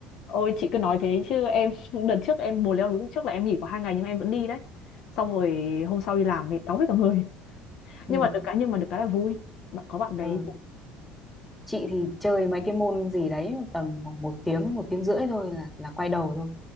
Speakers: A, on the left; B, in the centre.
A: Ôi chị cứ nói thế chứ em <laughs> đợt trước em mùa leo núi trước là em nghỉ có hai ngày nhưng em vẫn đi đấy. Xong rồi hôm sau đi làm mệt đau hết cả người. <laughs>
B: Ừ.
A: Nhưng mà được cái nhưng mà được cái là vui. Bạn có bạn bè
B: Ừ.
A: đi cùng
B: Chị thì chơi mấy cái môn gì đấy tầm khoảng một tiếng một tiếng rưỡi thôi là là quay đầu thôi.